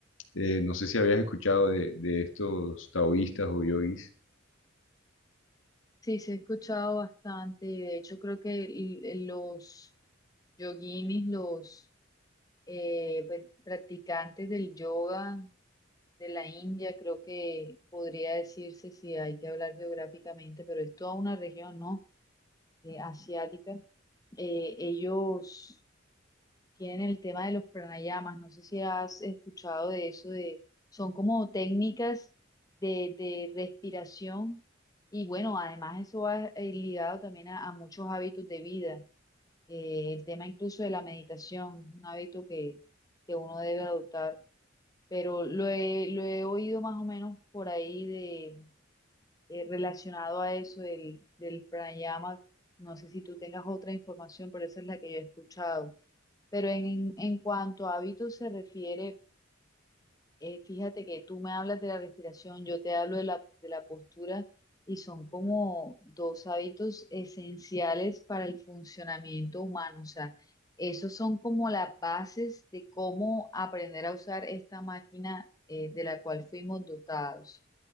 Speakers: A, on the left; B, on the left.
A: Eh, no sé si habías escuchado de, de estos taoístas o yogis.
B: Sí, sí he escuchado bastante de hecho creo que el- el- los yoguinis, los eh, pues, practicantes del yoga de la India, creo que podría decirse si hay que hablar geográficamente, pero es toda una región, ¿no? Eh, asiática. Eh, ellos tienen el tema de los pranayamas. No sé si has escuchado de eso, de, son como técnicas de, de respiración y bueno, además eso va eh, ligado también a, a muchos hábitos de vida. Eh, el tema incluso de la meditación, un hábito que, que uno debe adoptar, pero lo he, lo he oído más o menos por ahí de, eh, relacionado a eso del, del pranayama. No sé si tú tengas otra información, pero esa es la que yo he escuchado. Pero en, en cuanto a hábitos se refiere, eh, fíjate que tú me hablas de la respiración, yo te hablo de la, de la postura y son como dos hábitos esenciales para el funcionamiento humano. O sea, esos son como las bases de cómo aprender a usar esta máquina eh, de la cual fuimos dotados.